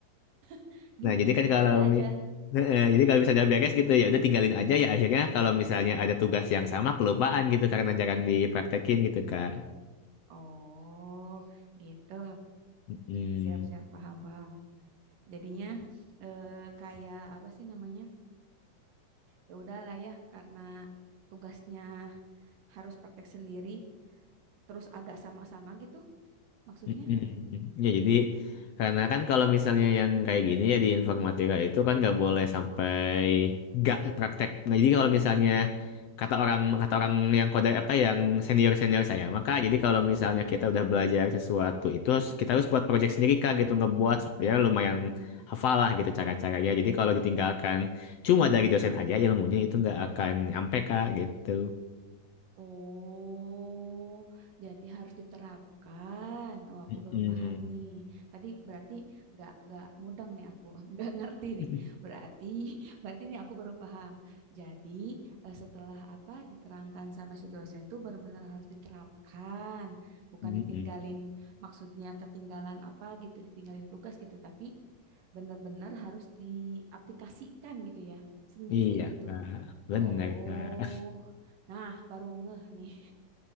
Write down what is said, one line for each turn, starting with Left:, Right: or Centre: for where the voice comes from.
Right: <laughs> Gim,
Left: Nah, jadi kan
Right: tinggalin
Left: kalau
Right: aja.
Left: mi- Heeh, jadi kalau misalnya udah beres gitu ya udah tinggalin aja ya akhirnya kalau misalnya ada tugas yang sama kelupaan gitu karena jarang dipraktekin gitu Kak.
Right: Oh, gitu.
Left: Mm.
Right: Siap-siap, paham-paham. Jadinya eh, kayak apa sih namanya? ya udahlah ya karena tugasnya harus praktek sendiri terus agak sama-sama gitu maksudnya.
Left: Mm-mm. Ya jadi karena kan kalau misalnya yang kayak gini ya di informatika itu kan nggak boleh sampai nggak praktek. Nah, jadi kalau misalnya kata orang kata orang yang kode apa yang senior senior saya maka jadi kalau misalnya kita udah belajar sesuatu itu harus, kita harus buat project sendiri kak gitu ngebuat supaya lumayan
Right: Hmm,
Left: hafal lah gitu cara-caranya. Jadi kalau ditinggalkan cuma dari dosen aja ilmunya itu nggak akan nyampe kak gitu.
Right: Oh, jadi harus diterapkan. Oh, aku
Left: Mm-mm.
Right: baru paham nih. Tadi berarti nggak nggak mudeng nih aku, <laughs> nggak ngerti
Left: <laughs>
Right: nih. Berarti <laughs> berarti nih aku baru paham. Jadi eh, setelah apa diterangkan sama si dosen tuh benar-benar harus diterapkan, bukan
Left: Mm-mm.
Right: ditinggalin. Maksudnya ketinggalan apa gitu, ditinggalin tugas gitu, tapi benar-benar harus diaplikasikan gitu ya, sendiri
Left: Iya,
Right: gitu.
Left: Kak. Benar,
Right: Oh,
Left: Kak. <laughs>
Right: nah baru ngeh nih.